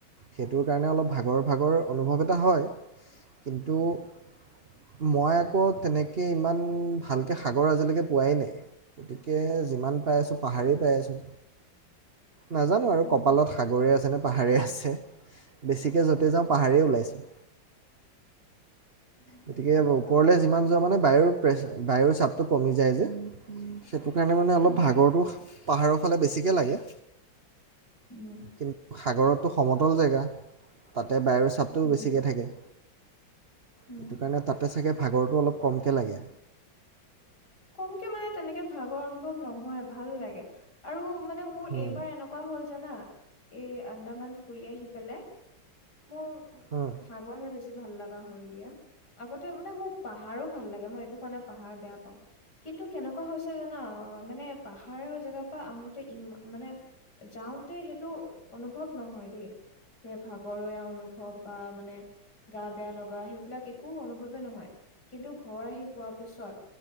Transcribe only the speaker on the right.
সেইটোৰ কাৰণে অলপ ভাগৰ ভাগৰ অনুভৱ এটা হয়। কিন্তু - মই আকৌ তেনেকে ইমান ভালকে সাগৰ আজিলৈকে পোৱাই নাই গতিকে যিমান পাই আছোঁ পাহাৰেই পাই আছোঁ নাজানো আৰু
কপালত সাগৰে আছে ন পাহাৰে আছে বেছিকে য'তে যাওঁ পাহাৰেই ওলাইছোঁন
গতিকে
ওপৰলে
যিমান যোৱা মানে বায়ুৰ প্ৰে বায়ুৰ চাপটো কমি যায় যে সেইটো কাৰণে মানে অলপ
ভাগৰটো পাহাৰৰ ফালে বেছিকে লাগে
কিন্তু সাগৰতটো সমতল জেগা তাত তাতে বায়ুৰ চাপটোও
বেছিকে থাকে
সেইটো কাৰণে তাতে চাগে ভাগৰটো অলপ কমকৈ লাগে।
হুম,
হুম।